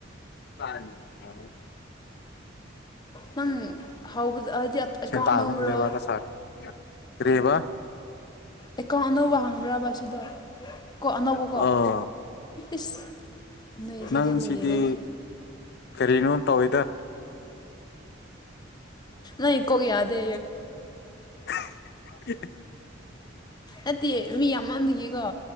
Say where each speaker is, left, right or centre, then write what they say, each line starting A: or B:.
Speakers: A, on the left; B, on the left.
A: ꯁꯥꯔꯦꯅꯤ ꯃꯥ ꯌꯥ
B: ꯅꯪ ꯍꯧꯕꯗ ꯍꯥꯏꯗꯤ ꯑꯦꯀꯥꯎꯟ
A: ꯁꯦꯇꯥꯗ
B: ꯑꯅꯧꯕꯔꯣ
A: ꯍꯗ ꯋꯥ ꯁꯔꯦ ꯔꯦꯕꯥ <inaudible>
B: ꯑꯦꯀꯥꯎꯟ ꯑꯅꯧꯕ ꯍꯪꯕ꯭ꯔꯕ ꯁꯤꯗꯣ ꯀꯣ ꯑꯅꯧꯕꯀꯣ
A: ꯑꯣ
B: ꯏꯁ ꯅꯣꯏꯁꯤꯗꯤ
A: ꯅꯪ
B: ꯂꯣꯏꯔꯦꯍꯦ
A: ꯁꯤꯗꯤ ꯀꯔꯤꯅꯣ ꯇꯧꯋꯦꯗ
B: ꯑ ꯏꯣ ꯀꯌꯥꯗ
A: ꯍꯣꯏ
B: ꯅꯠꯇꯦ ꯃꯤ ꯌꯥꯝꯃꯟꯕꯒꯤꯀꯣ